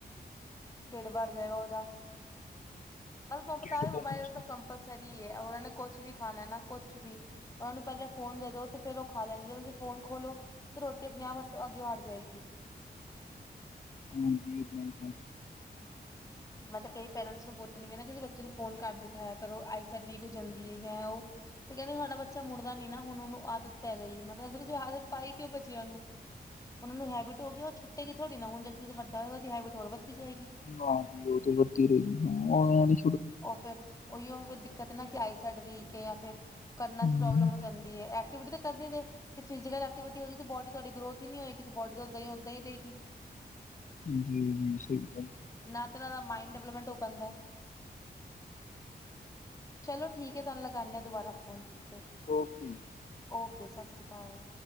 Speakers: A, on the left; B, on the left.
A: ਟੀਡ ਭਰ ਜਾਏਗਾ ਉਹਦਾ ਬਸ ਬਸ ਬਤਾ
B: ਢਿੱਡ
A: ਦਿ ਮੋਬਾਇਲ
B: ਭਰਨ ਵਾਸਤੇ
A: ਉਤੇ ਕਮ ਕੰਪਸਰੀ ਹੈ ਉਹਨਾਂ ਨੇ ਕੁਛ ਵੀ ਖਾਣਾ ਨਾ ਕੁਛ ਵੀ ਉਹਨਾਂ ਨੂੰ ਪਹਿਲੇ ਫੋਨ ਦੇ ਦੋ ਤੇ ਫਿਰ ਉਹ ਖਾ ਲੈਣਗੇ ਤੁਸੀਂ ਫੋਨ ਖੋਲੋ ਤੇ ਰੋਟੀ ਆਪਣੇ ਆਪ ਹੱ ਅੱਗੇ ਵੜ ਜਾਏਗੀ
B: ਹਾਂਜੀ ਬਿਲਕੂਲ
A: ਮੈਂ ਕਈ ਪੇਰੈਂਟਸ ਨੂੰ ਬੋਲਣੀ ਮੈਂ ਨਾ ਕਿਸੇ ਬੱਚੇ ਨੂੰ ਫੋਨ ਕਰ ਦਿਖਾਇਆ ਕਰੋ ਆਈ ਸਾਈਡ ਵੀਕ ਹੋ ਜਾਂਦੀ ਹੈ ਜਾਂ ਉਹ ਤੇ ਕਹਿੰਦੇ ਸਾਡਾ ਬੱਚਾ ਮੁੜਦਾ ਨੀ ਨਾ ਹੁਣ ਉਹਨੂੰ ਆਦਤ ਪੈ ਗਈ ਹੈ ਮੈਂ ਕਿਹਾ ਆਦਤ ਪਾਈ ਕਿਉ ਬਚੀਆ ਨੂੰ ਉਹਨਾਂ ਨੂੰ ਹੈਬਟ ਹੋ ਗ ਉਹ ਛੁਟੇ ਹੀ ਥੋੜ੍ਹ ਨਾ ਹੁ ਜ ਤੁ ਵੱਡ ਹੋਏਗਾ ਤਾਂ ਹੈਬਿਟ ਹੋਰ ਵੱਦੀ ਜਾਏਗੀ
B: ਹਾਂਜੀ ਓਹ ਤੇ ਹੈ ਥੀਰੇ, ਹੈ ਇਹ ਵੀ
A: ਉਹ ਫੇਰ ਉਹੀਓ ਫਿਰ ਦਿੱਕਤ ਨਾ ਕਿ ਆਈ ਸਾਈਡ ਵੀਕ ਹੈ ਜਾਂ ਫਿਰ ਕਨਾਂ
B: ਹਮ,
A: ਚ ਪ੍ਰੋਬਲਮ ਜਾਂਦੀ ਏ, ਐਕਟੀਵਿਟੀ ਤਾਂ ਕਰਦੇ ਨੇ। ਤੇ ਫਿਜ਼ਕਲ ਐਕਟੀਵਿਟੀ ਹੋਗੀ ਤਾਂ ਬੋਡੀ ਤੁਹਾਡੀ ਗਰੋਥ ਹੀ ਨਹੀਂ ਹੋਏਗੀ ਬੋਡੀ ਤਾ ਉਦਾਂ ਹੀ ਉੱਦਾ ਹੀ ਰਹੇਗੀ।
B: ਜੀ, ਜੀ ਸਹੀ ਗੱਲ
A: ਨਾ ਤੇ ਉਹਨਾ ਦਾ ਮਾਇੰਡ ਡਿਵਲਪਮੈਂਟ ਹੋ ਪਾਂਦਾ। ਚਲੋ ਠੀਕ ਹੈ ਤੁਹਾਨੂੰ ਲਗਾਂਨੇ ਆ ਦੁਬਾਰਾ ਫ਼ੋਨ। ਫ
B: ਓਕੇ
A: ਓਕੇ ਸਤਿ ਸ੍ਰੀ ਅਕਾਲ।